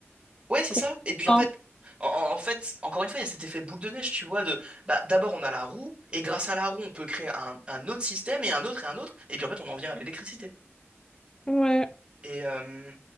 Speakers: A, on the right (about 25°); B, on the left (about 15°).
A: Ouais, c'est
B: pour...
A: ça. Et puis
B: Hein.
A: en fait, en, en fait, encore une fois, il y a cet effet boule de neige, tu vois, de bah d'abord on a la roue, et grâce à la roue, on peut créer un, un autre système, et un autre, et un autre, et puis en fait, on en vient à l'électricité.
B: Ouais,
A: Et euh,